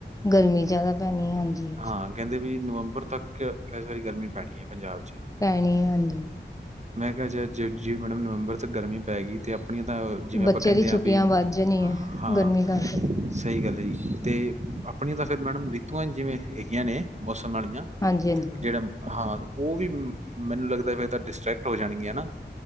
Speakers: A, on the left; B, on the right.
A: ਗਰਮੀ ਜਿਆਦਾ ਪੈਣੀ ਹਾਂਜੀ।
B: ਹਾਂ ਕਹਿੰਦੇ ਵੀ ਨਵੰਬਰ ਤੱਕ ਇਸ ਵਾਰੀ ਗਰਮੀ ਪੈਣੀ ਹੈ ਪੰਜਾਬ 'ਚ।
A: ਪੈਣੀ ਹਾਂਜੀ।
B: ਮੈਂ ਕਿਹਾ ਜ ਜੇ ਜੇ ਨਵੰਬਰ ਚ ਗਰਮੀ ਪੈ ਗਈ ਤੇ। ਆਪਣੀਆਂ ਤਾਂ ਜਿਵੇਂ
A: ਬੱਚਿਆਂ
B: ਆਪਾਂ ਕਹਿੰਦੇ
A: ਦੀ
B: ਹਾਂ
A: ਛੁੱਟੀਆਂ
B: ਵੀ
A: ਵੱਧ ਜਾਣੀਆਂ
B: ਹਾਂ।
A: ਗਰਮੀ ਕਰਕੇ
B: ਸਹੀ ਗੱਲ ਹੈ ਜੀ ਤੇ ਆਪਣੀਆਂ ਤਾਂ ਫਿਰ ਮੈਡਮ ਰੀਤੂਆਂ ਜਿਵੇਂ ਹੈਗੀਆਂ ਨੇ। ੀਆਂ
A: ਹਾਂਜੀ ਹਾਂਜੀ
B: ਜਿਹੜਾ ਹਾਂ ਉਹ ਵੀ <unintelligible> ਲੱਗਦਾ ਪਿਆ ਡਿਸਟ੍ਰੈਕਟ ਹੋ ਜਾਣਗੀਆਂ ਹਨਾ